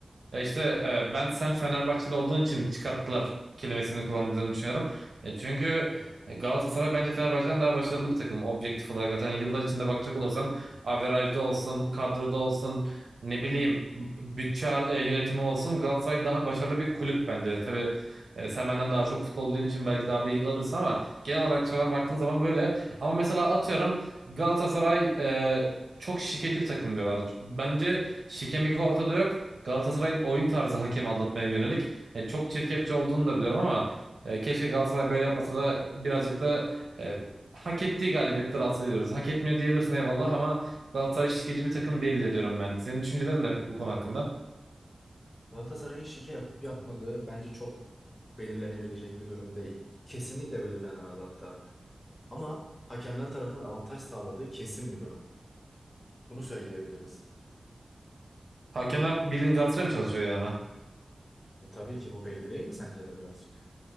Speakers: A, on the right (about 70°); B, on the left (about 30°).
A: Ya işte e, ben sen Fenerbahçeli olduğun için çıkarttılar kelimesini kullandığını düşünüyorum. E, çünkü Galatasaray bence Fenerbahçe'den daha başarılı bir takım objektif olarak. Zaten yıllar içinde bakacak olursan averajda olsun, kadroda olsun, ne bileyim bütçe e, yönetimi olsun Galatasaray daha başarılı bir kulüp bence. Tabii e, sen benden daha çok futbol bildiğin için belki daha bilgili olabilirsin ama genel olarak dışarıdan baktığın zaman böyle. Ama mesela atıyorum Galatasaray e, çok şikeci bir takım diyorlar. Bence şikemik ortada yok. Galatasaray'ın oyun tarzı hakem aldatmaya yönelik. E, çok çirkefçe olduğunu da biliyorum ama e, keşke Galatasaray böyle yapmasa da birazcık da e, hak ettiği galibiyetleri alsa diyoruz. Hak etmiyor diyebilirsin eyvallah ama Galatasaray şişkeci bir takım değildir diyorum ben. Senin düşüncelerin ne bu konu hakkında?
B: Galatasaray'ın şike yapıp yapmadığı bence çok belirlenebilecek bir durum değil. Kesinlikle belirlenemez hatta. Ama hakemler tarafından avantaj sağladığı kesin bir durum. Bunu söyleyebiliriz.
A: Hakemler bilin Galatasaray mı çalışıyor yani?
B: E, tabii ki bu belli değil mi sence de birazcık?